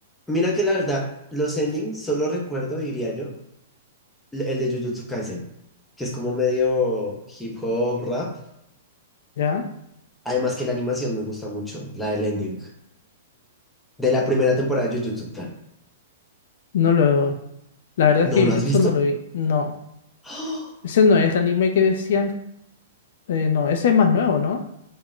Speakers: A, in the centre; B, on the left (about 65°).
A: Mira que la verdad, los endings solo recuerdo, diría yo, l- el de Jujutsu Kaisen, que es como medio hip hop, rap.
B: ¿Ya?
A: Además que la animación me gusta mucho, la del ending. De la primera temporada de Jujutsu, claro.
B: No lo... La verdad
A: ¿No
B: es que
A: lo
B: Jujutsu
A: has visto?
B: no lo vi. No.
A: <gasps>
B: Ese no es el anime que decían. eh, no, ese es más nuevo, ¿no?